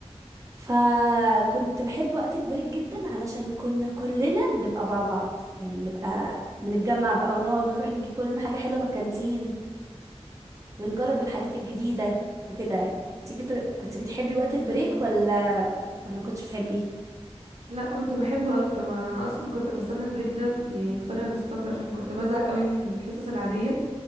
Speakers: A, on the right (about 30°); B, on the right (about 70°).
A: فكنت بحب وقت البريك جدا علشان كنا كلنا بنبقى مع بعض يعني بنبقى بنتجمع بقى ونقعد نروح نجيب كلنا حاجة حلوة من الكانتين ونجرب الحاجات الجديدة وكده يعني انت كنت كنت بتحبي وقت البريك ولا ولا ما كنتش بتحبيه
B: لا كنت بحبه قوي طبعا انا اصلا كنت بستنى البريك ده ب- يعني بفارغ الصبر عشان كنت بزهق قوي من الحصص العاديه